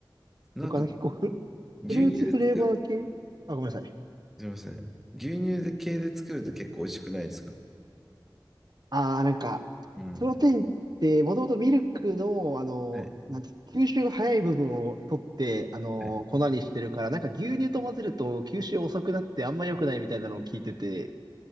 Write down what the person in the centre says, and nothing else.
なんか、
牛乳で作る。
すいません。牛乳で系で作ると結構美味しくないですか
うん。
はい。
はい。